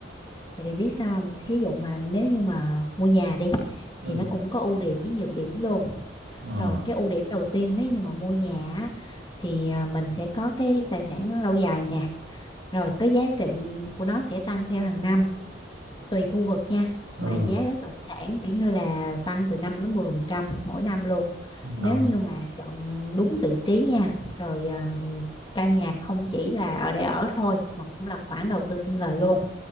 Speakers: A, on the left (about 25°); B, on the right (about 85°).
A: tại vì biết sao không? thí dụ mà nếu như mà mua nhà đi
B: ừ
A: thì nó cũng có ưu điểm với nhược điểm luôn
B: ờ
A: rồi cái ưu điểm đầu tiên nếu như mà mua nhà á, thì à, mình sẽ có cái tài sản lâu dài nè rồi cái giá trị của nó sẽ tăng theo hàng năm tùy khu vực nha
B: ừ
A: mà giá bất động sản kiểu như là tăng từ 5 đến 10% mỗi năm luôn
B: một năm
A: nếu như mà chọn đúng vị trí nha rồi um, căn nhà không chỉ là ở để ở thôi mà cũng là khoản đầu tư sinh lời luôn